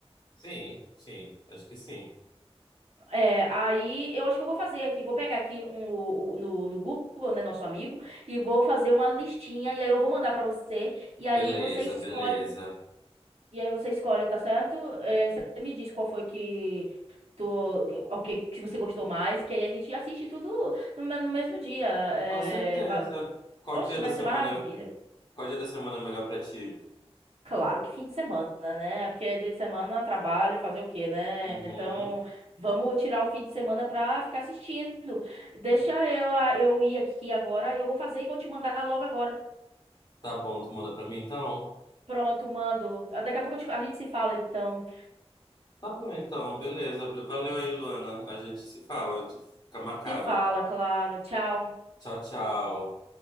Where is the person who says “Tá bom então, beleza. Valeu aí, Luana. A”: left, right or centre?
Left